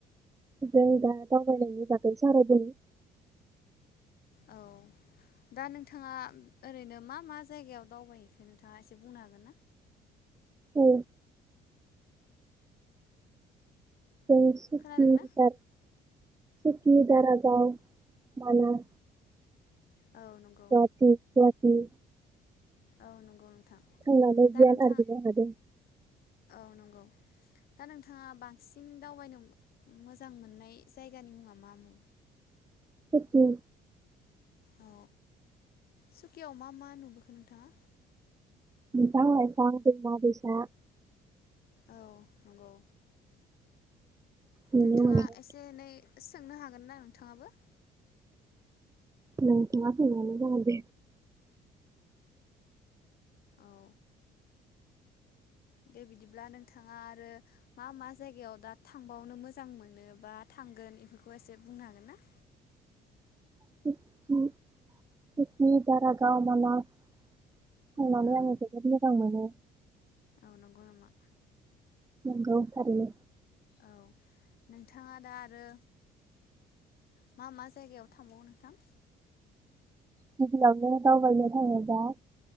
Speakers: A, on the right; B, on the left.
A: जों दा दावबायनायनि बागै सावरायदों।
B: औ दा नोंथाङा ओरैनो मा मा जायगायाव दावबायहैखो नोंथाङा एसे बुंनो हागोन ना?
A: औ जों सुकि,
B: खोनादों ना
A: दार सुकि, दारागाव, मानास
B: औ नंगौ
A: गुहाटि गुहाटि
B: औ नंगौ। नोंथां
A: <inaudible>
B: दा नोंथाङा औ नोंगौ दा नोंथाङा बांसिन दावबायनो मोजां मोननाय जायगानि मुङा मा मुं?
A: सुकि
B: अ सुकियाव मा मा नुबोखो नोंथाङा?
A: बिफां-लायफां, दैमा-दैसा
B: औ नंगौ।
A: नुनो
B: नोंथाङा
A: मोनदों
B: एसे एनै सोंनो हागोन ना नोंथाङाबो?
A: नोंथाङा सोंनायानो जागोन दे।
B: औ दे बिदिब्ला नोंथाङा आरो मा मा जायगायाव दा थांबावनो मोजां मोनो बा थांगोन बेफोरखौ एसे बुंनो हागोन ना?
A: <unintelligible> दारागाव, माला थांनानै
B: औ
A: आङो जोबोद मोजां मोनो।
B: औ नंगौ नामा
A: नंगौ थारैनो
B: औ नोंथाङा दा आरो मा मा जायगायाव थांबावो नोंथां?
A: <unintelligible> दावबायनो थाङो। दा